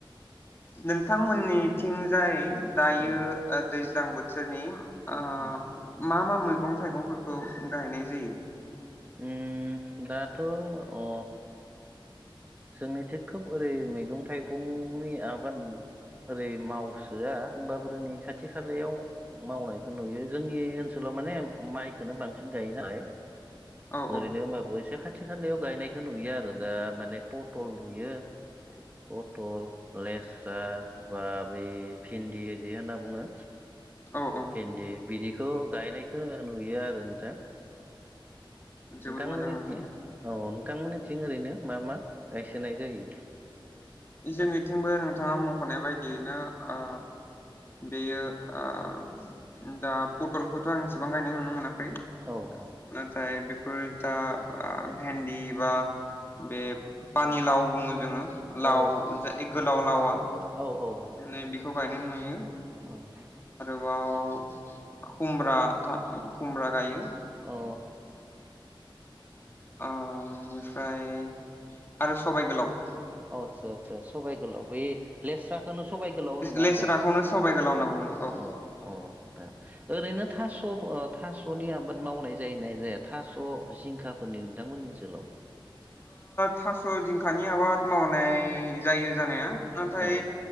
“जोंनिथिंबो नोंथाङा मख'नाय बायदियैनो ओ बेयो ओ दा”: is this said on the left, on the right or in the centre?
Left